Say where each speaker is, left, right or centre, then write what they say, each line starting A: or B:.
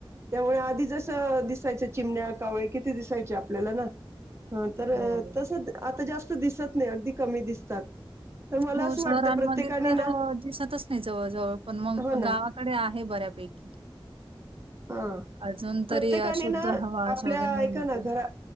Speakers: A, on the right; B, on the right.
A: त्यामुळे आधी जसं दिस याचे चिमण्या कावळे किती दिसायचे आपल्याला ना? तर
B: हो.
A: तसं आता जास्त दिसत नाही, अगदी कमी दिसतात. तर मला
B: हो,
A: असं
B: शहरांमध्ये
A: वाटतं प्रत्येकाने
B: तर
A: ना
B: दिसतच नाही जवळ-जवळ. पण मंग
A: हो ना
B: गावाकडे आहे बऱ्यापैकी
A: हा
B: <unintelligible> अजून
A: प्रत्येकाने
B: तरी अशुद्ध
A: ना
B: हवा
A: आपल्या
B: वगैरे नाही
A: ऐका
B: येत.
A: ना घरा